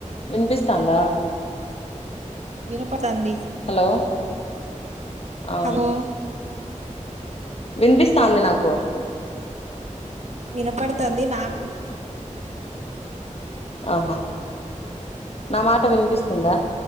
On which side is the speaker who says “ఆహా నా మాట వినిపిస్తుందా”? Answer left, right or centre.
Left